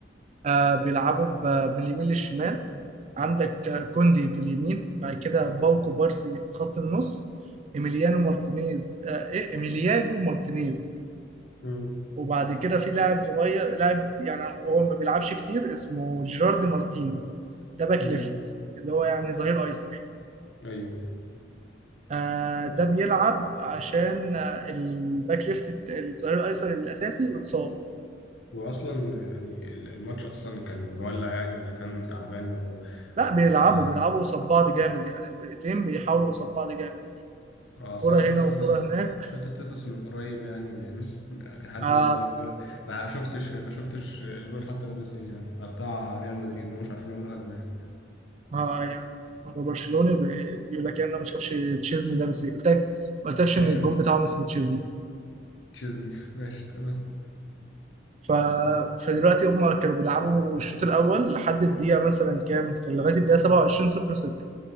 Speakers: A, on the right; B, on the left.
A: آه بيلعبوا ب- باليمين للشمال عندك آه، كوندي في اليمين بعد كده باوكو بارسي في خط النص ايميليانو مارتينيز آه ايه ايميلياجو مارتينيز
B: مم.
A: وبعد كده في لاعب صغير لاعب يعني هو ما بيلعبش كتير اسمه جيراردي مارتين ده باك
B: مم.
A: ليفت اللي هو يعني ظهير ايسر
B: ايوه
A: آه، ده بيلعب عشان آه، الباك ليفت الت- الظهير الايسر الاساسي اتصاب
B: واصلا يعني ال- الماتش اصلا كان مولع يعني ولا كان تعبان و...
A: لا
B: وكده
A: بيلعبوا
B: يعني
A: بيلعبوا قصاد بعض جامد يعني الفرقتين بيحاولوا قصاد بعض جامد
B: اه اصل
A: كرة
B: انا شفت
A: هنا
B: ستيتس
A: وكرة هناك
B: شفت ستيتس من قريب يعني <laughs> كان حد
A: اه,
B: منزلها بيقول ما شفتش ما شفتش الجون حتى لابس ايه يعني على بتاع ريال مدريد انهم مش عارفين يعملوا هجمه يعني
A: آه ايوه هو برشلوني بي- بيقول لك يعني انا ما شافش تشيزني لابس ايه قلت لك ما قلتلكش
B: ايوه
A: ان الجون بتاعهم اسمه تشيزني
B: تشيزني <laughs> ماشي تمام
A: ف... فدلوقتي هم كانوا بيلعبوا الشوط الاول لحد الدقيقه مثلا كام كان لغايه الدقيقه 27 0 0